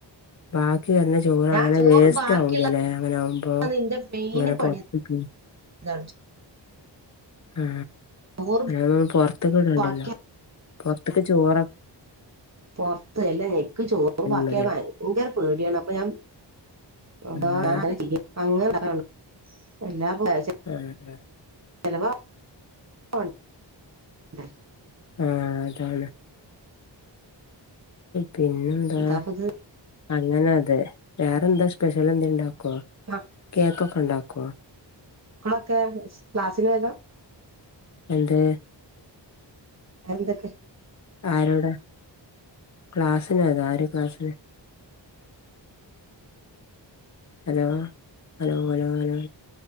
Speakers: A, on the left (about 40°); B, on the right (about 35°).
A: ബാക്കി വരുന്ന <unintelligible> ചോറ്
B: ഞാൻ
A: അങ്ങനെ
B: ചോറ്
A: വേസ്റ്റ്
B: ബാക്കിയുള്ളതാണ്
A: ആവൂല്ലല്ലേ. അങ്ങനെ ആകുമ്പോ.
B: ഇന്റെ മെയിൻ
A: അങ്ങനെ
B: പണി
A: <unintelligible>
B: <unintelligible>
A: ആ
B: ചോറ്
A: അതാവുമ്പോ പൊർത്ത്ക്ക് ഇടണ്ടല്ലോ.
B: ബാക്കി
A: പൊർത്ത്ക്ക് ചോറ്
B: പൊർത്ത്, എല്ലാ നിക്ക് ചോറ് ബാക്കിയാവുന്നത്
A: മതിയല്ലോ
B: ഭയങ്കര പേടിയാണ്. അപ്പൊ ഞാൻ <unintelligible>
A: ആഹ് ആഹ് ആഹ്
B: <unintelligible>
A: ആഹ് അതാണ്. പിന്നെന്താ
B: എന്താപ്പത്
A: അങ്ങനെ അത് വേറെന്താ സ്പെഷ്യൽ എന്തേലുണ്ടാക്കോ
B: ആഹ്
A: കേക്കൊക്കെ ഉണ്ടാക്കോ
B: മക്കളൊക്കെ ക്ലാസ്സിന് പോയതാ?
A: എന്ത്
B: വേറെ എന്തൊക്കെ
A: ആരോടാ, ക്ലാസ്സിന് പോയതോ, ആര് ക്ലാസ്സിന് ഹലോ ഹലോ ഹലോ ഹലോ